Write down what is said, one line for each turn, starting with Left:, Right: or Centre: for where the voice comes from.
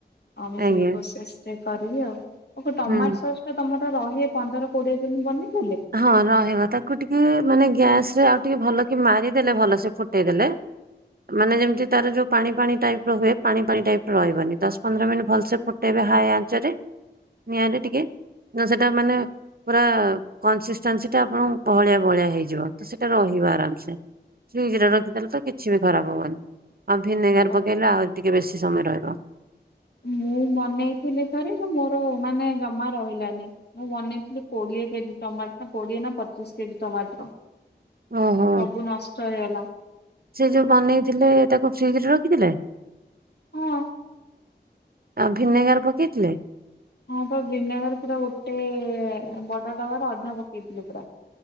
Left: ଆଉ ମୁଁ
Right: ଆଜ୍ଞା
Left: ସେଇ ପ୍ରୋସେସ୍ ରେ କରିବି ଆଉ। ଆଉ କଁ ଟମାଟ୍
Right: ହୁଁ।
Left: ସସ୍ ତ ତମର ରହେ ପନ୍ଦର କୋଡିଏ ଦିନ୍ ବନେଇଦେଲେ?
Right: ହଁ ରହିବ ତାକୁ ଟିକେ ମାନେ ଗ୍ୟାସ୍ ରେ ଆଉ ଟିକେ ଭଲ କି ମାରିଦେଲେ ଭଲ ସେ ଫୁଟେଇ ଦେଲେ ମାନେ ଯେମିତି ତାର ଯୋଉ ପାଣି ପାଣି ଟାଇପ୍ ର ହୁଏ ପାଣି ପାଣି ଟାଇପ୍ ର ରହିବନି ଦଶ ପନ୍ଦର ମିନିଟ ଭଲସେ ଫୁ ଟେଇବେ ହାଏ ଆଞ୍ଚରେ ନିଆଁରେ ଟିକେ ତ ସେଟା ମାନେ ପୁରା କନସିସ୍ଟାନ୍ସି ଟା ଆପଣଙ୍କର ବହଳିଆ ବହଳିଆ ହେଇଯିବ ତ ସେଇଟା ରହିବ ଆରାମସେ। ଫ୍ରିଜ ରେ ରଖିଦଲେ ତ କିଛି ବି ଖରାପ୍ ହବନି। ଆଉ ଭିନେଗାର
Left: ଓ
Right: ପକେଇଲେ ଆହୁର୍ ରି ଟିକେ ବେଶୀ ସମୟ ରହିବ।
Left: ମୁଁ ବନେଇଥିଲି ଥରେ ଯେ ମୋରୋ ମାନେ ଜମା ରହିଲାନି। ମୁଁ ବନେଇଥିଲି କୋଡିଏ କେଜି ଟମାଟର କୋଡିଏ ନା ପଚିଶ କେଜି ଟମାଟର।
Right: ଓହୋ
Left: ସବୁ ନଷ୍ଟ ହେଇଗଲା।
Right: ସେ ଯୋଉ ବନେଇଥିଲେ ତାକୁ ଫ୍ରିଜ ରେ ରଖିଥିଲେ?
Left: ହଁ।
Right: ଆଉ ଭିନେଗାର ପକେଇଥିଲେ?
Left: ହଁ ପା ଭିନେଗାର୍ ପୁରା ଗୋଟେ ବଡ ଡବାର ଅଧା ପକେଇଥିଲି ପୁରା।